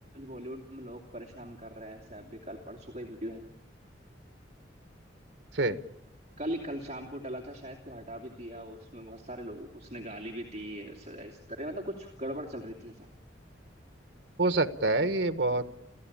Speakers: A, on the right; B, on the right.
A: बॉलीवुड में लोग परेशान कर रहे हैं ऐसे अभी कल परसों का ही वीडियो है
B: से
A: कल ही कल शाम को डला था शायद फिर हटा भी दिया उसमें बहुत सारे लोगों को उसने गाली भी दी ऐसा- इस तरह मतलब कुछ गड़बड़ चल रही थी ऐसा
B: हो सकता है ये बहुत